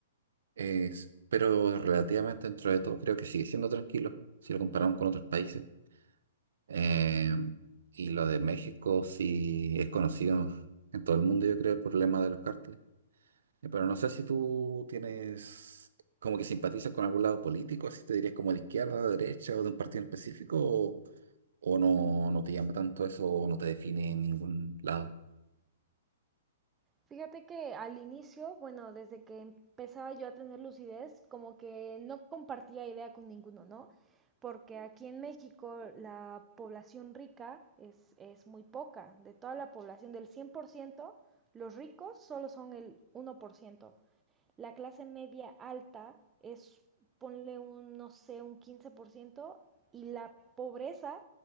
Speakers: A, on the right; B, on the right.
A: Es- pero relativamente dentro de todo creo que sigue siendo tranquilo si lo comparamos con otros países. Eh, y lo de México sí es conocido en todo el mundo, yo creo, el problema de los cárteles. Eh, Pero no sé si tú tienes como que simpatizas con algún lado político, si te dirías como de izquierda, de derecha o de un partido en específico o no, no te llama tanto eso, o no te define en ningún lado.
B: Fíjate que al inicio, bueno, desde que empezaba yo a tener lucidez, como que no compartía idea con ninguno, ¿no? Porque aquí en México la población rica es, es muy poca. De toda la población, del 100%, los ricos solo son el 1%. La clase media alta es, ponle un, no sé, un 15%, y la pobreza